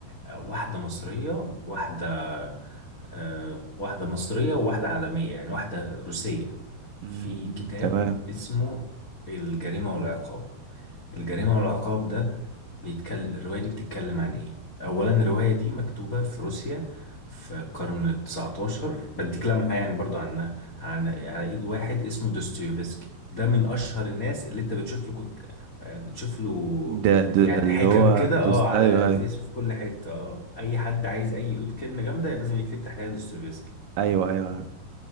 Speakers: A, on the left (about 65°); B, on the right (about 75°).
A: آه، واحدة مصرية وواحدة آه، واحدة مصرية وواحدة عالمية يعني واحدة روسية
B: امم
A: في كتاب
B: تمام
A: اسمه الجريمة والعقاب الجريمة والعقاب ده بيتكلم الرواية دي بتتكلم عن ايه؟ أولا الرواية دي مكتوبة في روسيا في القرن التسعتاشر بديك لمحة يعني برضو عنها عن على إيد واحد اسمه دوستويفسكي ده من أشهر الناس اللي أنت بتشوف له كنت آه، بتشوف له
B: ده ده
A: يعني
B: اللي
A: حكم
B: هو
A: كده
B: دوست
A: اه على
B: ايوه
A: الفيس
B: ايوه
A: وفي كل حتة اه أي حد عايز أي يقول كلمة جامدة لازم يكتب تحتها دوستويفسكي
B: ايوه ايوه عارف